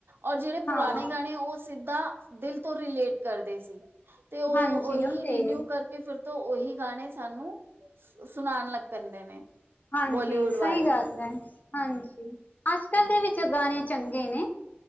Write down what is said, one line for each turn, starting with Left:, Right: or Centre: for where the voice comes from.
Right: ਔਰ ਜਿਹੜੇ ਪੁਰਾਣੇ
Left: ਹਾਂ
Right: ਗਾਣੇ, ਉਹ ਸਿੱਧਾ, ਦਿਲ ਤੋਂ ਰਿਲੇਟ ਕਰਦੇ ਸੀ। ਤੇ ਉਹ
Left: ਹਾਂਜੀ
Right: ਉਹੀ
Left: ਤੇ
Right: ਰਿਨਿਊ ਕਰ। ਕਿ ਫਿਰ ਤੋਂ ਉਹੀ ਗਾਣੇ, ਸਾਨੂੰ ਸੁਣਾਉਣ ਲੱਗ ਪੈਂਦੇ ਨੇ।
Left: ਹਾਂਜੀ,
Right: ਬੋਲੀਵੁੱਡ
Left: ਸਹੀ
Right: ਬਾਰੇ
Left: ਗੱਲ ਹੈ। ਹਾਂਜੀ, ਅੱਜ ਕੱਲ ਦੇ ਵਿੱਚ ਗਾਣੇ ਚੰਗੇ ਨੇ,